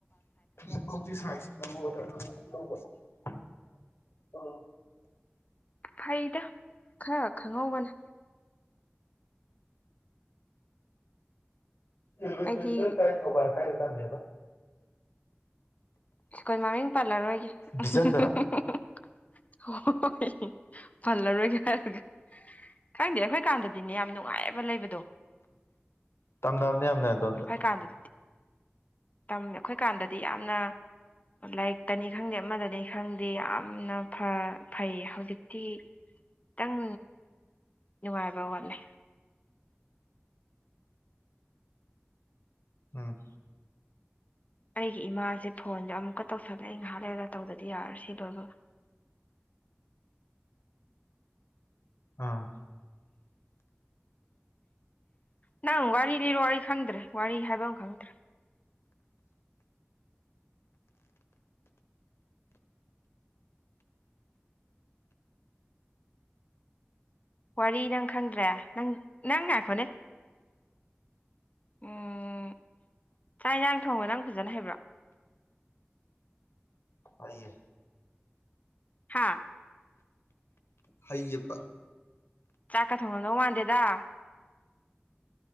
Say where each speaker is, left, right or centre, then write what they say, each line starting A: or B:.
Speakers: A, on the left; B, on the left.
A: <inaudible>
B: ꯐꯩꯗ ꯈꯔ ꯈꯪꯍꯧꯕꯅ꯫
A: ꯏꯂꯕꯦꯟ
B: ꯑꯩꯗꯤ
A: ꯇꯨꯌꯦꯕ ꯇ ꯀꯥꯢ ꯊꯧꯕꯥꯜ ꯀꯥꯏꯗ ꯇꯝꯃꯦꯕ
B: ꯁ꯭ꯀꯨꯟ ꯃꯃꯤꯡ ꯄꯥꯜꯂꯔꯣꯏꯒꯦ ꯑꯍꯤꯍꯦꯍꯦꯍꯦ꯫
A: ꯕꯤꯖꯟꯗꯔꯣ
B: ꯍꯣ ꯍꯣ ꯍꯣ ꯍꯩ ꯍꯤ ꯄꯜꯂꯔꯣꯢꯒꯦ <inaudible> ꯈꯪꯗꯦ ꯑꯩꯈꯣꯏ ꯀꯥꯟꯗꯗꯤꯅꯦ ꯌꯥꯝ ꯅꯨꯡꯉꯥꯏꯌꯦꯕ ꯂꯩꯕ
A: ꯇꯝꯅꯝꯅꯦ ꯌꯥꯝꯅ ꯑꯗꯣꯝꯗ
B: ꯑꯩꯈꯣꯏ ꯀꯥꯟꯗꯗꯤ ꯇꯝꯃꯦ ꯑꯈꯣꯏꯀꯥꯟꯗꯗꯤ ꯌꯥꯝꯅ ꯂꯥꯏꯔꯤꯛꯇꯅꯤ ꯈꯪꯗꯦ ꯑꯃꯗꯅꯤ ꯈꯪꯗꯦ ꯌꯥꯝꯅ ꯐ ꯐꯩ ꯍꯧꯖꯤꯛꯇꯤ ꯇꯪ ꯅꯨꯡꯉꯥꯏꯕ ꯋꯥꯠꯂꯦ
A: ꯎꯝ꯫
B: ꯑꯩꯒꯤ ꯏꯃꯥꯖꯦ ꯐꯣꯟꯖꯦ ꯑꯃꯨꯛꯀ ꯇꯧꯁꯜꯂꯦ ꯑꯩ ꯉꯥꯏꯍꯥꯛ ꯂꯩꯔꯒ ꯇꯧꯗꯗꯤ ꯌꯥꯔ ꯁꯤ ꯂꯣꯏꯕ <inaudible>
A: ꯑ꯫
B: ꯅꯪ ꯋꯥꯔꯤ ꯂꯤꯔꯣ ꯑꯩ ꯈꯪꯗ꯭ꯔꯦ ꯋꯥꯔꯤ ꯍꯥꯏꯕꯝ ꯈꯪꯗ꯭ꯔꯦ꯫ ꯋꯥꯔꯤ ꯅꯪ ꯈꯪꯗ꯭ꯔꯦ ꯅꯪ ꯅꯪ ꯉꯥꯢꯈꯣꯅꯦ ꯎꯝ ꯆꯥꯏ ꯖꯥꯡ ꯊꯣꯡꯕ ꯅꯪ ꯐꯖꯅ ꯍꯦꯕ꯭ꯔꯣ
A: ꯑꯩꯌꯦ
B: ꯍꯥꯥ꯫
A: ꯍꯩꯌꯦꯄ꯫
B: ꯆꯥꯛꯀ ꯊꯣꯡꯉꯝꯗꯧ ꯃꯥꯟꯗꯦꯗ꯫